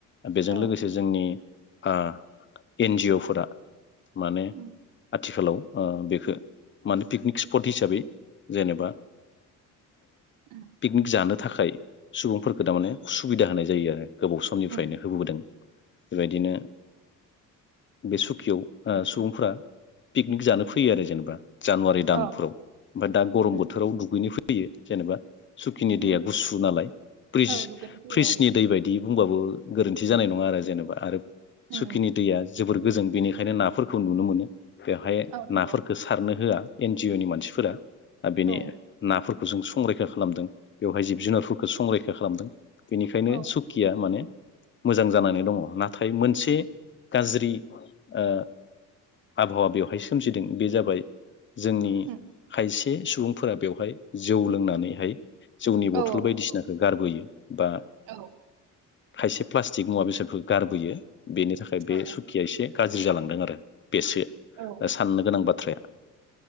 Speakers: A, on the left (about 35°); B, on the right (about 85°).
A: बेजों
B: औ
A: लोगोसे जोंनि ओ एनजिअफोरा माने
B: उम
A: आथिखालाव ओ बेखौ माने पिकनिक सि पट हिसाबै जेनेबा
B: उम
A: पिकनिक जानो थाखाय सुबुंफोरखौ थारमाने सुबिदा होनाय जायो आरो गोबाव समनिफ्रायनो
B: उम
A: होबोबोदों बेबायदिनो बे सुकियाव सुबुंफोरा पिकनिक जानो फैयो आरो जेनेबा जानुवारि दान
B: औ
A: फ्राव दा गरम
B: उम
A: बोथोराव दुगैनोफै फैयो जेनेबा सुखिनि
B: उम
A: दैया गुसु नाला फ्रिस
B: औ दुगैनो फैयो
A: फ्रिसनि
B: औ
A: दै बायदि बुंबाबो गोरोन्थि जानाय नंङा आरो जेनेबा आरो
B: उम
A: सुखिनि दैया जोबोर गोजों बेनिखायनो नाफोरखौ नुनो मोनो बेवहाय
B: औ नंगौ
A: नाफोरफोरखौ सारनो होआ ए जिअनि मानसिफोरा बिनि
B: औ
A: नाफोर खौ जों संरैखा खालामदों बेवहाय जिब जुनारफोरखौ संरैखा खालामदों बेनिखायनो
B: औ
A: सुखिया माने मोजां जानानै दंङ नाथाय मोनसे गाज्रि ओ आबहावा बेवहाय सोमजिदों बे जाबाय जोंनि
B: उम
A: खायसे सुबुंफोरा बेवहाय जौ लोंनानैहाय जोंनि बथल
B: औ
A: बायदिसिनाखौ
B: नंगौ
A: गारबोयो बा
B: औ
A: खायसे प्लास्टिक मुवा बेसादखौ गारबोयो बेनि थाखाय
B: औ
A: बे सुखिया एसे गाज्रि जालांदों आरो बेसो
B: औ
A: साननो गोनां बाथ्राया